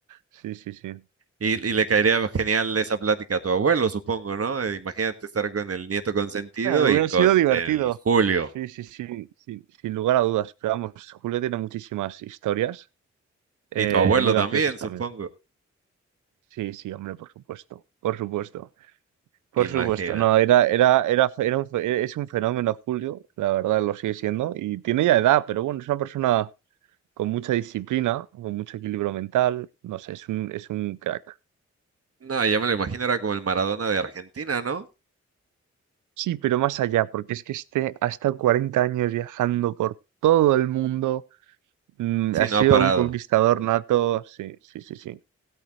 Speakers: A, on the right; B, on the right.
A: Sí, sí, sí.
B: Y, y le caería genial esa plática a tu abuelo, supongo, ¿no? Eh, Imagínate estar con el nieto consentido
A: Eh, hubiera
B: y con
A: sido divertido.
B: el Julio.
A: Sí, sí, sí, sin, sin lugar a dudas. Pero vamos, Julio tiene muchísimas historias. Eh,
B: Y tu abuelo
A: muy
B: también,
A: graciosas también.
B: supongo.
A: Sí, sí, hombre, por supuesto, por supuesto, por
B: Imagina.
A: supuesto. No, era, era, era, fe- era un fe- es un fenómeno, Julio, la verdad lo sigue siendo, y tiene ya edad, pero bueno, es una persona con mucha disciplina, con mucho equilibrio mental, no sé, es un, es un crack.
B: No, ya me lo imagino, era como el Maradona de Argentina, ¿no?
A: Sí, pero más allá, porque es que este ha estado 40 años viajando por todo el mundo, mm,
B: Sí,
A: ha
B: no
A: sido
B: ha parado.
A: un conquistador nato, sí, sí, sí, sí,